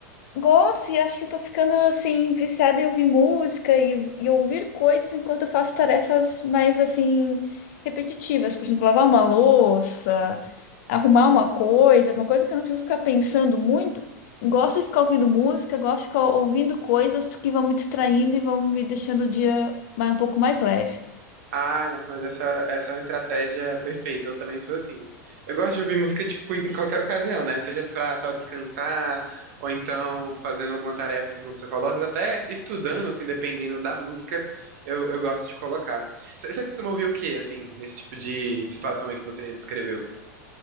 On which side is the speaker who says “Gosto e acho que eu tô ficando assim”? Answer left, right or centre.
Left